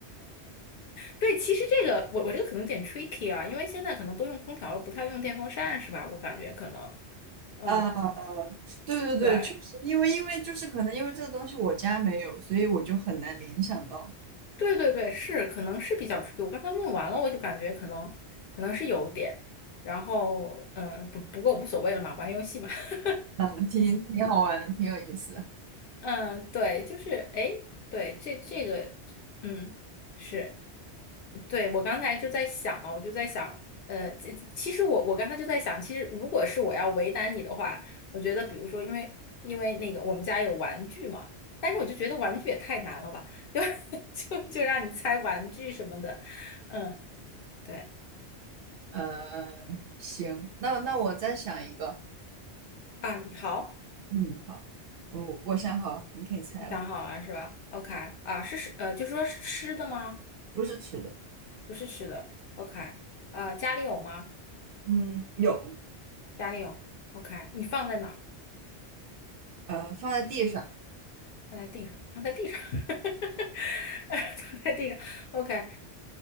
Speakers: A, on the left (about 60°); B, on the right (about 60°).
A: 对，其实这个我我这个可能有点 tricky 啊，因为现在可能都用空调了，不太用电风扇是吧？我感觉可能嗯
B: 啊，对对对，
A: 对
B: 确实，因为因为就是可能因为这个东西我家没有，所以我就很难联想到。
A: 对对对是可能是比较 tricky。我刚才问完了，我就感觉可能可能是有点，然后嗯、呃不不过无所谓了嘛，玩游戏嘛。<laughs>
B: 嗯，挺挺好玩的，挺有意思的。
A: 嗯，对，就是哎，诶对，这这个，这嗯，是，对，我刚才就在想嘛，我就在想，呃，其其实我我刚才就在想，其实如果是我要为难你的话，我觉得比如说，因为因为那个我们家有玩具嘛，但是我就觉得玩具也太难了吧，就 <laughs> 就就让你猜玩具什么的，嗯，对
B: 呃，行，那那我再想一个。
A: 啊，你好，
B: 嗯，好，我我想好了，你可以猜了，
A: 你想好了是吧？OK 啊，是是呃，就是说是吃的吗？
B: 不是吃的，
A: 不是吃的，OK 啊，家里有吗？
B: 嗯，有，
A: 家里有，OK，你放在哪儿？
B: 呃，放在地上，
A: 放在地上，放在地上，<laughs> 放在地上，OK，